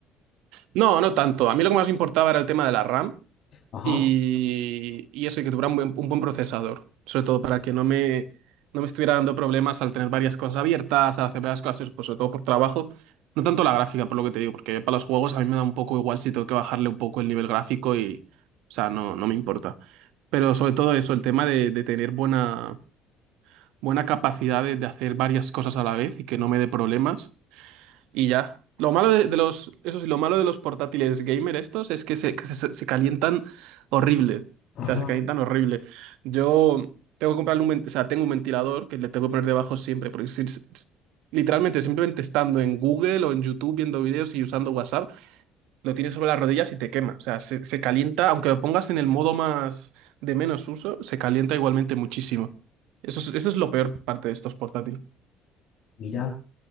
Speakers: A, on the right; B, on the left.
A: No, no tanto. A mí lo que más me importaba era el tema de la RAM.
B: Ajá,
A: y, y eso, y que tuviera un buen, un buen procesador, sobre todo para que no me, no me estuviera dando problemas al tener varias cosas abiertas, al hacer varias cosas, pues sobre todo por trabajo, no tanto la gráfica, por lo que te digo, porque para los juegos a mí me da un poco igual si tengo que bajarle un poco el nivel gráfico y, o sea, no, no me importa. Pero sobre todo eso, el tema de, de tener buena, buena capacidad de, de hacer varias cosas a la vez y que no me dé problemas. Y ya. Lo malo de, de los, eso sí, lo malo de los portátiles gamer estos es que se, que se- se calientan horrible.
B: ajá.
A: O sea, se calientan horrible. Yo tengo que comprarle un, ven- o sea, tengo un ventilador que le tengo que poner debajo siempre, porque si- si- si, literalmente simplemente estando en Google o en YouTube viendo vídeos y usando WhatsApp, lo tienes sobre las rodillas y te quema. O sea, se, se calienta, aunque lo pongas en el modo más de menos uso, se calienta igualmente muchísimo. Eso es, eso es lo peor parte de estos portátiles.
B: Mira,